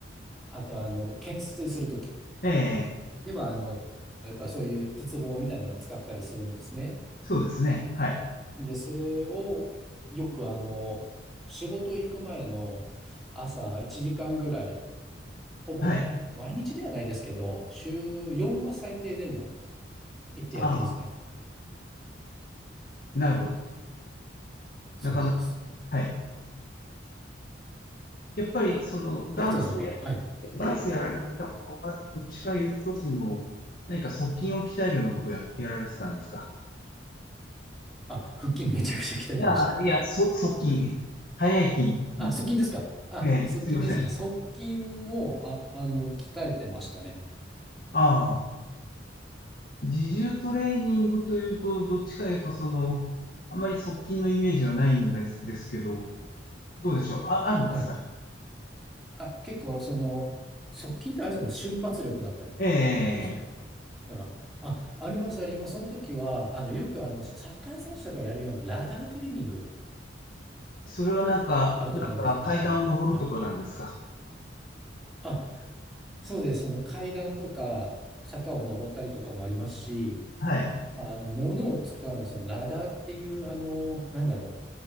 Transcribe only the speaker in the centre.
あとあの、懸垂するとき。
では、あの、やっぱそういう鉄棒みたいなのを使ったりするんですね。
で、それをよくあの、仕事行く前の朝1時間ぐらい、ほぼ毎日ではないですけど、
週4は最低でも行ってやってますね。
そうなんです。
哲也さんは、はい。
あ、腹筋めちゃくちゃ鍛えてました。
あ、側筋ですか。あ、
側筋ですね。
側筋も、あ、あの、鍛えてましたね。
はい。あ、結構、その、側近ってあれですよね、瞬発力だったりってことですよね。
だから、あ、あります、あります。その時は、あの、よくあの、サッカー選手とかやるようなラダートレーニング
あると思うんですけれども、
はい。あ、そうです。その階段とか、坂を登ったりとかもありますし、
まあ、あの、物を使うのは、そのラダーっていう、あの、なんだろう、